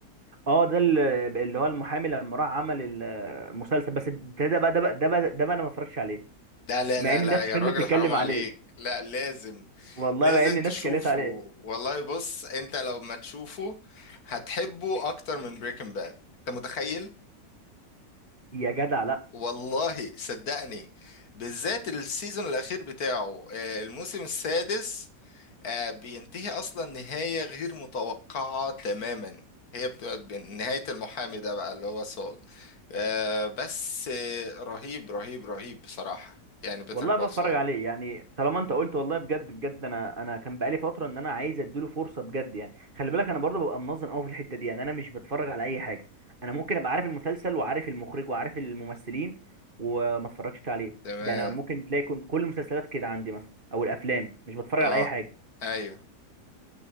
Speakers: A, on the right (about 35°); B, on the left (about 60°).
A: اه ده ال- اللي هو المحامي لما راح عمل المسلسل بس ده بقى ده بقى ده بقى ده بقى انا ما اتفرجتش عليه
B: لا لا
A: مع
B: لا
A: ان
B: لا
A: الناس
B: يا
A: فضلت
B: راجل
A: تتكلم
B: حرام عليك
A: عليه
B: لا لازم
A: والله
B: لازم
A: مع ان الناس
B: تشوفه
A: اتكلمت عليه
B: والله بص انت لو ما تشوفه هتحبه اكتر من بريكنج باد انت متخيل
A: يا جدع لا
B: والله صدقني بالذات السيزون الاخير بتاعه آه، الموسم السادس آه، بينتهي اصلا نهاية غير متوقعة تماما هي بتبقى بين- نهاية المحامي ده بقى اللي هو سول آه، بس آه، رهيب رهيب رهيب بصراحة يعني بيتر
A: والله
B: كول
A: بتفرج
B: سول
A: عليه يعني طالما انت قلت والله بجد بجد انا انا كان بقالي فتره ان انا عايز اديله فرصه بجد يعني خلي بالك انا برضه ببقى منظم قوي في الحته دي يعني انا مش بتفرج على اي حاجه انا ممكن ابقى عارف المسلسل وعارف المخرج وعارف الممثلين وما اتفرجش عليه
B: تمام
A: ده انا ممكن تلاقي كل كل المسلسلات كده عندي مثلا او الافلام مش بتفرج
B: اه
A: على اي حاجه
B: ايوه